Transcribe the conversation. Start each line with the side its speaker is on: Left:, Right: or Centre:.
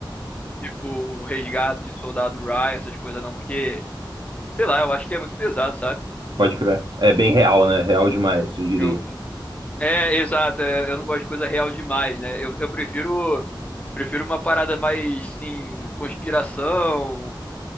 Left: Tipo o Resgate de Soldado Ryan, essas coisas não, porque sei lá, eu acho que é muito pesado, sabe?
Right: pode crer. É bem real, né? Real demais, eu diria.
Left: Eu, É, exato. é, Eu não gosto de coisa real demais, né? Eu, eu prefiro prefiro uma parada mais, sim, conspiração,